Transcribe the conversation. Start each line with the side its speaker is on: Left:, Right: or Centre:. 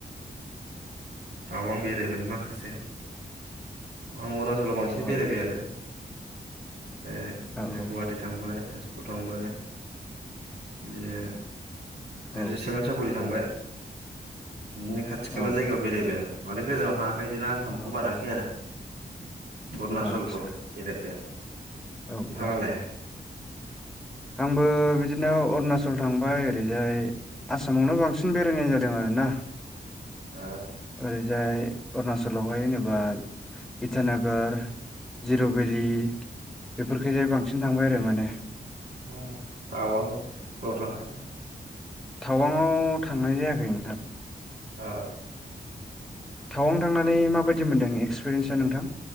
Right: टावां बेरायबाय माखासे आं अर नासलाव बांसिन
Centre: औ
Right: बेरायबाय आरो बिदिनो
Centre: औ
Right: गुवाहाटि थांबाय तेजपुर थांबाय बिदिनो
Centre: औ
Right: ओरै सेमोन साफुरि थांबाय नो खाथि खाला
Centre: औ
Right: जायगायाव बेरायबाय माने गोजानाव थाङाखै बिदिनो आसामामखौ
Centre: औ
Right: बाराखै आरो अरुणचलफ्राव
Centre: आदसा
Right: जेरैबाय नोंथाङालाय
Centre: औ औ आंबो बिदिनो अरुनाचल थांबाय ओरैजाय आसामावनो बांसिन बेरायनाय जादों आरोना <inaudible>
Right: आ
Centre: जाय अरुणचलावहाय होनेबा इटानगर जिर' भेलि बेफोरखिजाय बांसिन थांबाय आरो माने
Right: <unintelligible>
Centre: थावांआव थांनाय जायाखै नोंथां
Right: अ
Centre: टावां थांनानै माबायदि मोनदों एक्सपिरियेन्सा नोंथां